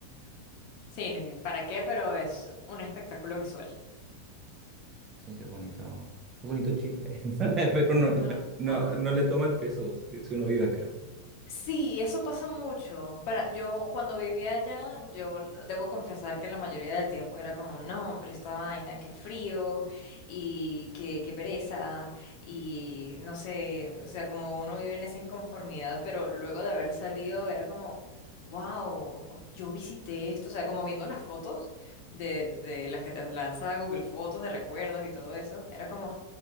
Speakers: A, on the left; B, on the right.
A: sí, ni- ¿para qué? Pero es un espectáculo visual.
B: Sí, sí, es bonito. Es bonito Chile, <laughs> pero no, no,
A: Mm,
B: no
A: No,
B: no le toma el peso si uno vive acá.
A: Sí, eso pasa mucho. Para, yo cuando vivía allá, yo l- debo confesar que la mayoría del tiempo era como, no, pero esta vaina, qué frío y qué, qué pereza y no sé, o sea, como uno vive en esa inconformidad, pero luego de haber salido era como, wow, yo visité esto, o sea, como viendo las fotos de, de las que te lanza Google Fotos de recuerdos y todo eso, era como,